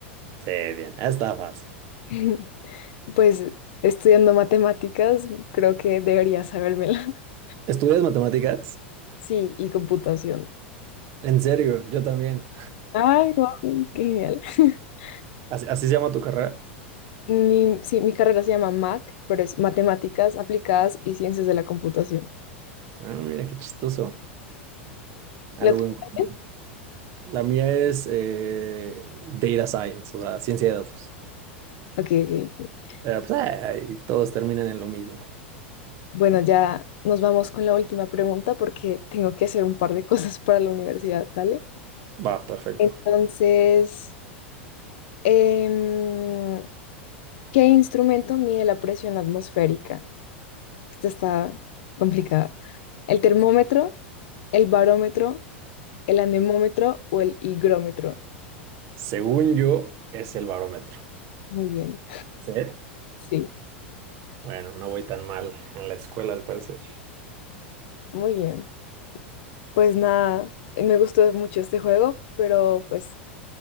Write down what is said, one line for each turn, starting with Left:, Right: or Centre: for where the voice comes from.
Right: Sí, bien, está fácil.
Left: <laughs> Pues estudiando matemáticas, creo que debería sabérmela. <laughs>
Right: ¿Estudias matemáticas?
Left: Sí, y computación.
Right: En serio, yo también.
Left: Ay, wow, qué genial. <laughs>
Right: ¿Así, así se llama tu carrera?
Left: Mi, sí, mi carrera se llama MAC, pero es Matemáticas Aplicadas y Ciencias de la Computación.
Right: Ah, mira qué chistoso. Algo
Left: ¿La tuya
Right: en común.
Left: también?
Right: La mía es eh, Data Science, o sea, ciencia de datos.
Left: Ok, ok, ok. ok.
Right: Pero pues, ay, todos terminan en lo mismo.
Left: Bueno, ya nos vamos con la última pregunta porque tengo que hacer un par de <laughs> cosas para la universidad, ¿vale?
Right: Va, perfecto.
Left: Entonces, em, ¿qué instrumento mide la presión atmosférica? Esta está complicada. ¿El termómetro, el barómetro, el anemómetro o el higrómetro?
Right: Según yo, es el barómetro.
Left: Muy bien,
Right: ¿Sí?
Left: sí,
Right: Bueno, no voy tan mal en la escuela, al parecer.
Left: muy bien. Pues nada, eh, me gustó mucho este juego, pero pues